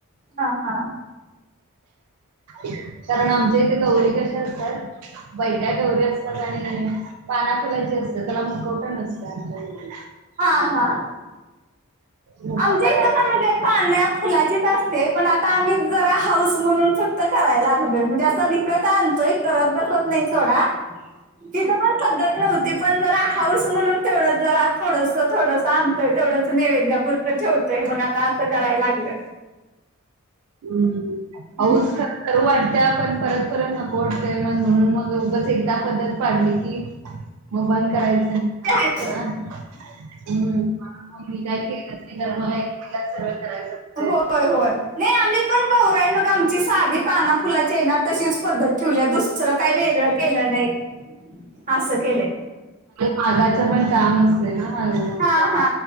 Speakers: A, on the right; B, on the right.
A: हा हा
B: कारण आमच्या इथे गौरी कशा असतात बैट्या गौरी असतात आणि पाना फुलाची असतं त्याला मुकवटं नसतं आमच्या इकडे.
A: हा हा
B: मुखवटा
A: आमच्या हित
B: घाल
A: पण म्हणजे पाना फुलाचीच असते पण आता आम्ही जरा हाऊस म्हणून फ क्त करायला लागलोय म्हणजे असं विकत आणतोय करत बसत नाही सोडा. तिथं पण पद्धत नव्हती पण जरा हाऊस म्हणून तेवढ जरा थोडस थोडस आणतोय तेथवडंच नैवेद्यापुरत ठेवतोय मग आता असं कराय लागलो.
B: हम्म
A: हम्म.
B: हाऊस करू वाटत्या पण परत परत नको वाटतय म्हणून मग उगच एकदा पद्धत पाडली की मग बंद करायचं नाय
A: ते
B: आस
A: आहे
B: होतय
A: खरं.
B: ना हम्म. मी काही केलच नाही कारण मला एकटीलाच सगळं करायचं असतंय.
A: होय होय नाही आम्ही पण गौराई मग आमची सादी पानना फुलाची आहे ना तशीच पद्धत ठेवलीया दुसरं काही वेगळं केलं नाही असं केलंय.
B: मागाच पण काम तंय ना. मोठं
A: हा हा!